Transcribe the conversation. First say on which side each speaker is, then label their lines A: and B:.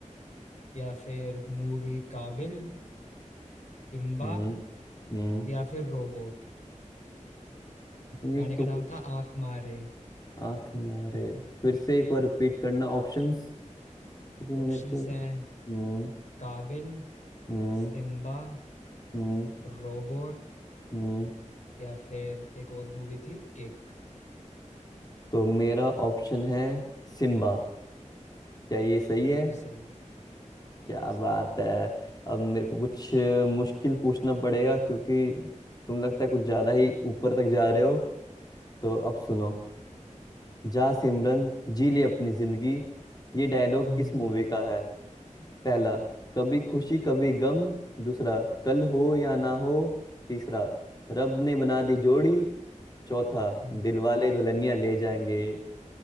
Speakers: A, on the left; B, on the left.
A: या फिर मूवी काबिल सिम्बा
B: हम्म हम्म,
A: या फिर रोबोट
B: ये
A: गाने का
B: तो
A: नाम
B: कुछ
A: था आंख मारे
B: आंख मारे फिर से एक बार रिपीट करना ऑप्शंस क्योंकि
A: ऑप्शंस
B: मेरे को हम्म
A: हैं काबिल
B: हम्म
A: सिम्बा
B: हम्म
A: रोबोट
B: हम्म,
A: या फिर एक और मूवी थी किक
B: तो मेरा ऑप्शन है सिम्बा क्या ये सही है
A: बिल्कुल सही
B: क्या
A: ये
B: बात
A: सही
B: है अब मेरे
A: भाई
B: को कुछ अ, मुश्किल पूछना पड़ेगा क्योंकि तुम लगता है कुछ ज्यादा ही ऊपर तक जा रहे हो तो अब सुनो जा सिमरन जी ले अपनी जिंदगी ये डायलॉग
A: हम्म
B: किस मूवी का है पहला कभी खुशी कभी गम दूसरा कल हो या ना हो तीसरा रब ने बना दी जोड़ी चौथा
A: हम्म
B: दिलवाले दुल्हनिया ले जाएंगे